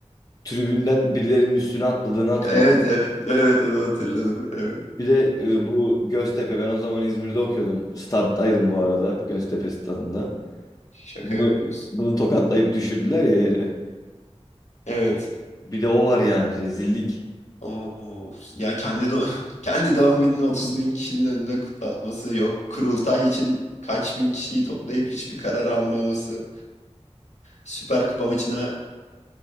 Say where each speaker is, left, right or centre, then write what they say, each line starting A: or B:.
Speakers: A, on the left; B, on the left.
A: tribünden birilerinin üstüne atladığını hatırlıyorum.
B: Evet, evet, evet onu hatırladım. Evet.
A: Bir de e, bu Göztepe ben o zaman İzmir'de okuyordum. Staddaydım bu arada Göztepe stadında.
B: Şaka
A: Bunu,
B: yapıyorsun.
A: bunu tokatlayıp düşürdüler ya yere.
B: Evet.
A: Bir de o var yani rezillik.
B: Oo, ya kendi do <laughs> kendi doğum gününü 30 bin kişinin önünde kutlatması yok. Kurultay için kaç bin kişiyi toplayıp hiçbir karar almaması. Süper Kupa maçına